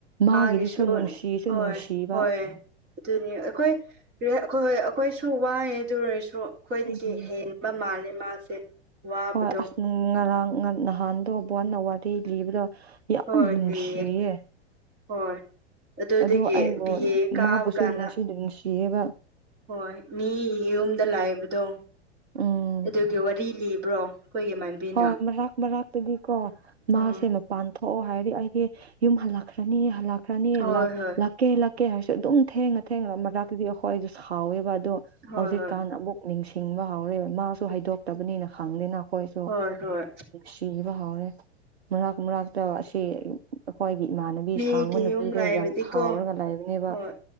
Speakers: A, on the right; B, on the right.
A: ꯃꯥꯒꯤꯗꯨꯁꯨ
B: ꯃꯥꯒꯤ ꯏꯁꯨ
A: ꯅꯨꯡꯁꯤꯁꯨ
B: ꯍꯣꯏ
A: ꯅꯨꯡꯁꯤꯕ
B: ꯍꯣꯏ ꯑꯗꯨꯅꯤ ꯑꯩꯈꯣꯏ ꯍꯣꯏ ꯍꯣꯏ ꯑꯩꯈꯣꯏꯁꯨ ꯋꯥꯉꯦ ꯑꯗꯨꯔꯁꯨ ꯑꯩꯈꯣꯏꯗꯒꯤ
A: ꯎꯝ
B: ꯍꯦꯟꯅ ꯃꯥꯅꯦ ꯃꯥꯁꯦ ꯋꯥꯕꯗꯣ
A: ꯍꯣꯏ ꯑꯁ ꯉꯔꯥꯡ ꯅꯍꯥꯟꯗꯣ ꯕꯅ ꯋꯥꯔꯤ ꯂꯤꯕꯗꯣ ꯌꯥꯝ
B: ꯍꯣꯏ
A: ꯅꯨꯡꯁꯤꯌꯦ
B: ꯂꯩꯌꯦ ꯍꯣꯏ ꯑꯗꯨꯗꯒꯤ
A: ꯑꯗꯣ ꯑꯩꯕꯨ
B: ꯕꯤ ꯑꯦ ꯀꯥꯕ
A: ꯃꯥꯕꯨꯁꯨ
B: ꯀꯥꯟꯗ
A: ꯅꯨꯡꯁꯤ ꯅꯨꯡꯁꯤꯌꯦꯕ
B: ꯍꯣꯏ ꯃꯤ ꯌꯨꯝꯗ ꯂꯥꯛꯕꯗꯣ
A: ꯎꯝ
B: ꯑꯗꯨꯒꯤ ꯋꯥꯔꯤ ꯂꯤꯕ꯭ꯔꯣ ꯑꯩꯈꯣꯏꯒꯤ ꯏꯃꯥꯟꯕꯤꯅ
A: ꯍꯣꯏ ꯃꯔꯥꯛ ꯃꯔꯥꯛꯇꯨꯗꯤꯀꯣ ꯃꯥꯁꯦ
B: ꯎꯝ
A: ꯄꯥꯟꯊꯣꯛꯑꯣ ꯍꯥꯏꯔꯗꯤ ꯑꯩꯗꯤ ꯌꯨꯝ ꯍꯜꯂꯛꯈ꯭ꯔꯅꯤ ꯍꯜꯂꯛꯈ꯭ꯔꯅꯤ
B: ꯍꯣꯏ ꯍꯣꯏ
A: ꯂꯛꯀꯦ ꯂꯛꯀꯦ ꯍꯥꯏꯔꯁꯨ ꯑꯗꯨꯝ ꯊꯦꯡꯉ ꯊꯦꯡꯉꯅ ꯃꯥꯛꯛꯇꯨꯗꯤ ꯑꯩꯈꯣꯏ ꯑꯩꯁꯨ ꯁꯥꯎꯋꯦꯕ ꯑꯗꯣ
B: ꯍꯣꯏ
A: ꯍꯧꯖꯤꯛꯀꯥꯟꯅ
B: ꯍꯣꯏ
A: ꯑꯃꯨꯛ ꯅꯤꯡꯁꯤꯡꯕ ꯍꯧꯔꯦꯕ ꯃꯥꯁꯨ ꯍꯩꯗꯣꯛꯇꯕꯅꯤꯅ ꯈꯪꯗꯦꯅ ꯑꯩꯈꯣꯏꯁꯨ
B: ꯍꯣꯏ ꯍꯣꯏ
A: ꯁꯤꯕ ꯍꯧꯥꯎꯔꯦ ꯃꯔꯥꯛ ꯃꯥꯛꯛꯇ ꯑꯁꯤ ꯑꯩꯈꯣꯏꯒꯤ ꯏꯃꯥꯟꯅꯕꯤ
B: ꯃꯤꯒꯤ
A: ꯁꯥꯡꯕ ꯅꯨꯄꯤꯗꯣ
B: ꯌꯨꯝ ꯂꯥꯛꯏꯕꯗꯤꯀꯣ
A: ꯌꯥꯝ ꯁꯥꯎꯔꯒ ꯂꯩꯕꯅꯦꯕ
B: ꯍꯣꯏ
A: ꯂ